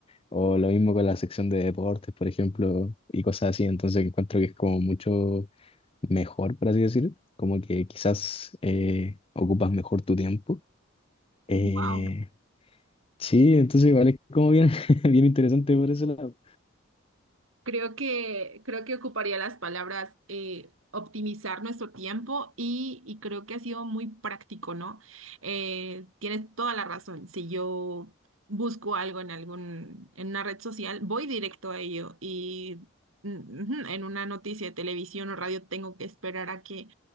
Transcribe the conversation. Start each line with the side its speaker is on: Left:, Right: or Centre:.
Left: O lo mismo con la sección de deportes, por ejemplo, y cosas así. Entonces, encuentro que es como mucho mejor, por así decir. Como que quizás eh, ocupas mejor tu tiempo. Eh,
Right: Wow.
Left: sí, entonces igual es como bien, <laughs> bien interesante por ese lado.
Right: Creo que, creo que ocuparía las palabras eh, optimizar nuestro tiempo y, y creo que ha sido muy práctico, ¿no? Eh, tienes toda la razón. Si yo busco algo en algún, en una red social, voy directo a ello y mm, ujú, en una noticia de televisión o radio tengo que esperar a que